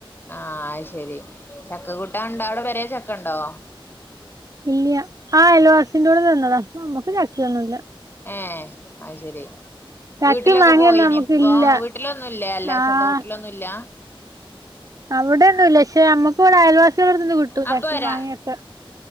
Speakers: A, on the left; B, on the right.
A: ആഹ് അത് ശെരി ചക്കക്കൂട്ടാണ്ടോ അവ്ടെ പേരെ ചക്കണ്ടോ
B: ഇല്ല്യ ആഹ് അയൽവാസിന്റോട്ന്ന് തന്നതാ ഇപ്പമ്മക്ക് ചക്കയൊന്നുല്ല
A: ഏഹ് അത് ശെരി
B: ചക്കിം
A: വീട്ടിലൊക്കെ
B: മാങ്ങിയൊന്നും
A: പോയിനി
B: നമുക്കില്ല
A: ഇപ്പോ വീട്ടിലൊന്നുല്ല അല്ല
B: ആഹ്
A: സ്വന്തം വീട്ടിലൊന്നുല്ല
B: അവിടെന്നുല്ല പക്ഷെ നമ്മുക്ക് ഇവടെ അയൽവാ സിളെട്ത്ത്ന്ന് കിട്ടും
A: അപ്പൊ
B: ചക്കിം
A: വരാ
B: മാങ്ങ്യയൊക്കെ